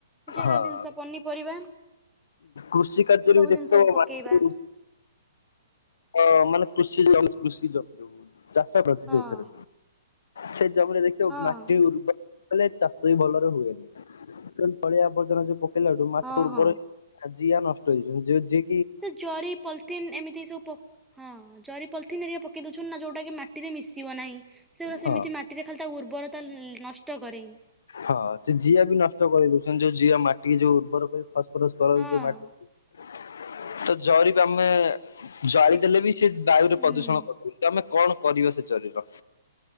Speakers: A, in the centre; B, on the left (about 75°).
A: ଯାହା
B: ହଁ
A: ଜିନିଷ ପନିପରିବା
B: କୃଷି କାର୍ଯ୍ୟରେବି
A: ସବୁ
B: ଦେଖିଥବ
A: ଜିନିଷକୁ ପକେଇବା
B: <unintelligible> ଅଁ ମାନେ କୃଷି <unintelligible> କୃଷି <unintelligible> ଚାଷ ପ୍ରତି
A: ହଁ।
B: ଯଉଥିରେ ସେ ଜମିରେ ଦେଖିବ
A: ହଁ
B: ମାଟି ଉର୍ବ କେଲେ ଚାଷବି ଭଲରେ ହୁଏନିୁ ଅଳିଆ ଆବର୍ଜନା ଯୋଉ ପକେଇଲାଠୁ ମାଟି
A: ହଁ
B: ଉର୍ବରେ
A: ହଁ।
B: ଆଜିୟଆ ନଷ୍ଟ ହେଇଜିବ ଯ ଯେ
A: ସେ ଜରି ପଲିଥିନ୍ ଏମିତି ସବୁ ପ ହଁ ଜରି ପଲଲିଥିନ ଏରିକା ପକେଇ ଦଉଛନ୍ତିନା ଯୋଉଟାକି ମାଟିରେ ମିଶିବ ନାହିଁ ସେଗୁଡ଼ା
B: ହଁ
A: ସେମିତି ମାଟିରେ ଖାଲିତା ଉର୍ବରତା ନଷ୍ଟ କରେହିଁ।
B: ହଁ ସେ ଜିଆବି ନଷ୍ଟ କରି ଦଉଚନ୍ତି ଯୋଉ ଜିଆ ମାଟିିକି ଯୋଉ ଉର୍ବର କରି
A: ହଁ।
B: <unintelligible> ତ ଜରିକୁ ଆମେ ଜାଳି
A: ଦେଖ
B: ଦେଲେବି ସେବାୟୁରେ
A: ହୁଁ
B: ପ୍ରଦୂଷଣ କରିଦୋଉଚି ଆମେ କଣ କରିବା ସେ ଜରୀର?